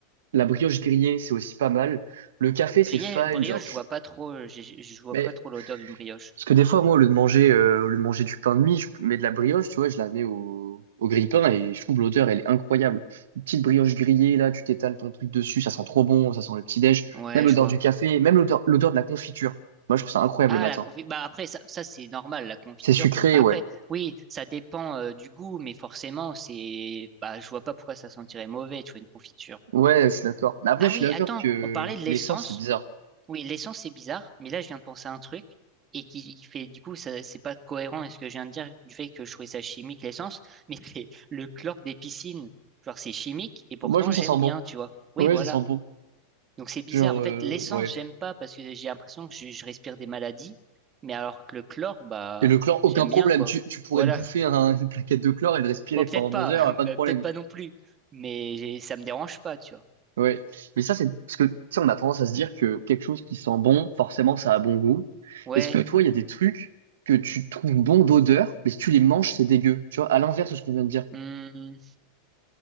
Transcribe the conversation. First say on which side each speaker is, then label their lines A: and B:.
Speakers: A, on the right; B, on the right.
A: La brioche grillée, c'est aussi pas mal. Le café,
B: Brie-
A: c'est fine,
B: brioche,
A: genre. je-
B: je vois pas trop, je je- vois
A: Mais
B: pas trop l'odeur d'une brioche.
A: parce que des fois, moi, au lieu de manger, euh, au lieu de manger du pain de mie, je mets de la brioche, tu vois, je la mets au, au grille-pain et je trouve l'odeur, elle est incroyable. Une petite brioche grillée, là, tu t'étales ton truc dessus, ça sent trop bon, ça sent le petit déj.
B: Ouais,
A: Même l'odeur
B: je vois.
A: du café, même l'odeur, l'odeur de la confiture. Moi, je trouve ça incroyable
B: Ah,
A: le matin.
B: la confiture. Bah après, ça, ça c'est normal, la confiture.
A: C'est sucré,
B: Bah,
A: ouais.
B: Après, oui, ça dépend euh, du goût, mais forcément, c'est, bah, je vois pas pourquoi ça sentirait mauvais, tu vois, une confiture.
A: Ouais, je suis d'accord. Mais Après,
B: Ah
A: je
B: oui,
A: suis d'accord
B: attends,
A: que
B: on parlait de l'essence.
A: l'essence, c'est bizarre.
B: Oui, l'essence c'est bizarre, mais là je viens de penser à un truc et qui qui fait, du coup, ça, c'est pas cohérent avec ce que je viens de dire du fait que je trouvais ça chimique l'essence, mais <laughs> c'est le chlore des piscines. Genre c'est chimique et pourtant
A: Moi, je trouve
B: j'aime
A: que ça sent
B: bien,
A: bon.
B: tu vois. Oui,
A: Ouais,
B: voilà.
A: ça sent bon.
B: Donc c'est bizarre.
A: Genre,
B: En
A: euh,
B: fait, l'essence,
A: ouais.
B: j'aime pas parce que j'ai l'impression que je, je respire des maladies, mais alors que le chlore, bah,
A: Et le chlore, aucun
B: j'aime
A: problème.
B: bien, quoi.
A: Tu, tu pourrais
B: Voilà.
A: te bouffer un- <laughs> une plaquette de chlore et le respirer
B: Bon, peut-être
A: pendant
B: pas,
A: deux heures,
B: <laughs>
A: pas
B: bah,
A: de problème.
B: peut-être pas non plus, mais j'ai- ça me dérange pas, tu vois.
A: Ouais. Mais ça, c'est parce que, tu sais, on a tendance à se dire que quelque chose qui sent bon, forcément, ça a bon goût.
B: Ouais.
A: Est-ce que toi, il y a des trucs que tu trouves bon d'odeur, mais si tu les manges, c'est dégueu. Tu vois, à l'inverse de ce qu'on vient de dire.
B: Hmm.